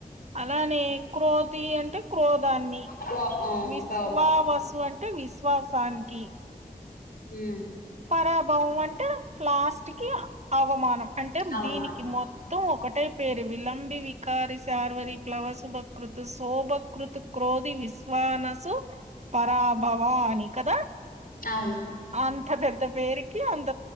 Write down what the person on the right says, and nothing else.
అలానే క్రోధి అంటే క్రోధాన్ని
విశ్వావసు
అంటే విశ్వాసానికి
పరాభవము అంటే లాస్ట్ కి అవమానం అంటే
దీనికి మొత్తం ఒక ఒకటే పేరు విలంబి వికారిి సార్వరి ప్లవసుుభకృత్ సోభకృత్ క్రోధ విశ విశ్వానసు పరాభవా అని కదా
అంత్త పెద్ద పేరుకి అంత